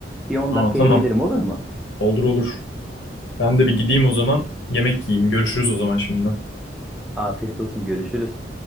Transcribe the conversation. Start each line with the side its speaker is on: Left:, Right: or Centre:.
Centre: Bir 10
Left: Aa
Centre: dakikaya
Left: tamam.
Centre: gelirim olur mu?
Left: Olur olur. Ben de bir gideyim o zaman. Yemek yiyeyim. Görüşürüz o zaman şimdiden.
Centre: Afiyet olsun görüşürüz.